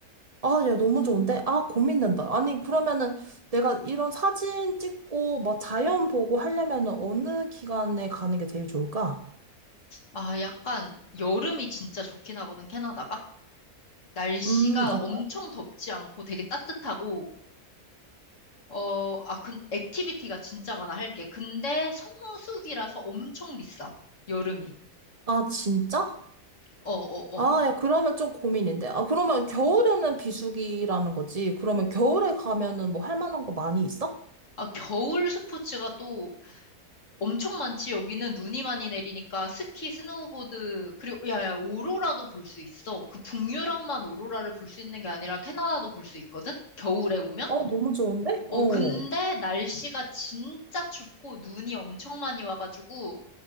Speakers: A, on the right; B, on the left.
A: 아, 야, 너무 좋은데? 아, 고민된다. 아니, 그러면은 내가 이런 사진 찍고 막 자연 보고 하려면은 어느 기간에 가는 게 제일 좋을까?
B: 아, 약간 여름이 진짜 좋긴 하거든, 캐나다가. 날씨가
A: 음, 아,
B: 엄청 덥지 않고 되게 따뜻하고, 어, 아, 근 액티비티가 진짜 많아, 할 게. 근데 성수기라서 엄청 비싸, 여름이.
A: 아, 진짜?
B: 어, 어,
A: 아,
B: 어.
A: 야, 그러면 좀 고민인데. 아, 그러면 겨울에는 비수기라는 거지. 그러면 겨울에 가면은 뭐 할 만한 거 많이 있어?
B: 아, 겨울 스포츠가 또 엄청 많지. 여기는 눈이 많이 내리니까 스키, 스노우보드, 그리고, 야, 야, 오로라도 볼 수 있어. 그 북유럽만 오로라를 볼 수 있는 게 아니라 캐나다도 볼 수 있거든? 겨울에 오면?
A: 어, 너무 좋은데?
B: 어,
A: 어.
B: 근데 날씨가 진짜 춥고 눈이 엄청 많이 와가지고,